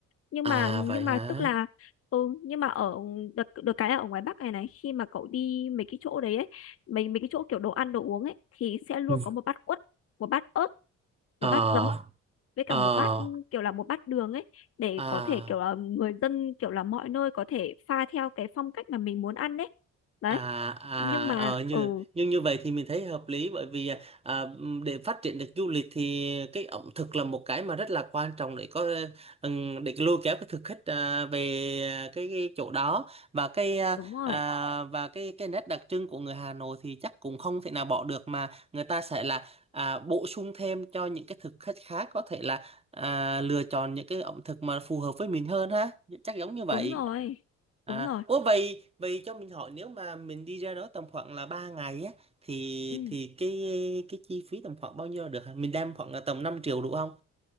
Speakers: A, on the left (about 50°); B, on the right (about 20°).
A: nhưng
B: à
A: mà nhưng
B: vậy
A: mà
B: hả?
A: tức là ừ, nhưng mà ở được, được cái là ở ngoài Bắc này này khi mà cậu đi mấy cái chỗ đấy ấy mấy mấy cái chỗ kiểu đồ ăn đồ uống ấy thì sẽ luôn
B: Ừ.
A: có một bát quất một bát ớt
B: Ờ,
A: một bát giấm với cả
B: ờ,
A: một bát kiểu là một bát đường ấy để
B: à.
A: có thể kiểu là người dân kiểu là mọi nơi có thể pha theo cái phong cách mà mình muốn ăn đấy đấy
B: À à
A: nhưng mà
B: ờ như
A: ừ
B: nhưng như vậy thì mình thấy hợp lý bởi vì à, để phát triển được du lịch thì cái ẩm thực là một cái mà rất là quan trọng để có ừm, để lôi kéo cái thực khách à, về à, cái, cái chỗ đó và cái à,
A: đúng rồi
B: à, và cái cái nét đặc trưng của người Hà Nội thì chắc cũng không thể nào bỏ được mà người ta sẽ là à, bổ sung thêm cho những cái thực khách khác có thể là à, lựa chọn những cái ẩm thực mà phù hợp với mình hơn ha chắc giống như vậy
A: đúng rồi
B: À,
A: đúng rồi
B: ủa vậy vậy cho mình hỏi nếu mà mình đi ra đó tầm khoảng là 3 ngày á thì
A: ừ.
B: thì cái cái chi phí tầm khoảng bao nhiêu là được hả? Mình đem khoảng là tầm 5 triệu đủ không?